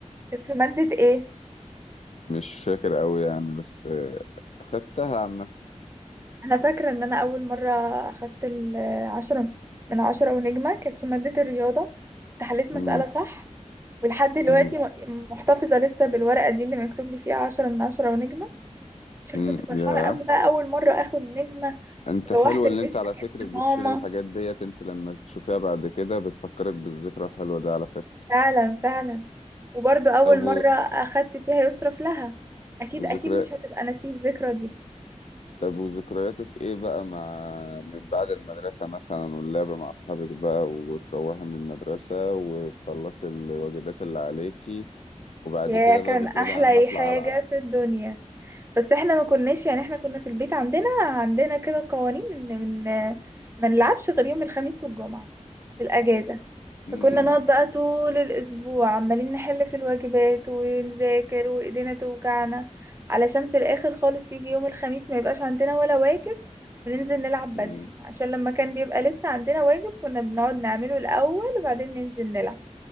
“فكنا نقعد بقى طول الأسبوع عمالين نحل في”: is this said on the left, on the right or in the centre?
Right